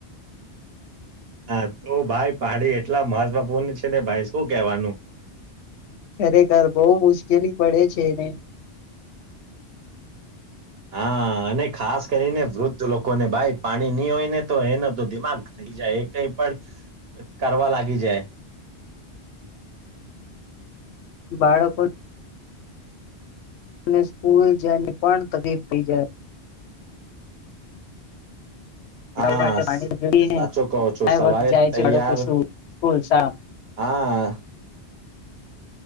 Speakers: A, on the right (about 65°); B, on the left (about 80°).
A: હા તો ભાઈ પાડી એટલા મહત્વપૂર્ણ છે ને ભાઈ શું કેવાનું
B: ખરેખર બહુ મુશ્કેલી પડે છે એને
A: હા અને ખાસ કરીને વૃદ્ધ લોકોને ભાઈ પાણી નહી હોય ને તો એનો તો દિમાગ થઈ જાય એ કઈ પણ કરવા લાગી જાય
B: બાળકો અને સ્કૂલ જાયને પણ તકફ થઈ જાય
A: હા
B: માટે
A: સ-
B: જોઈ
A: સાચો કહો છો
B: મે
A: સવારે
B: વખત જાય છેડુંશું
A: તૈયાર
B: સ્ૂલા
A: હા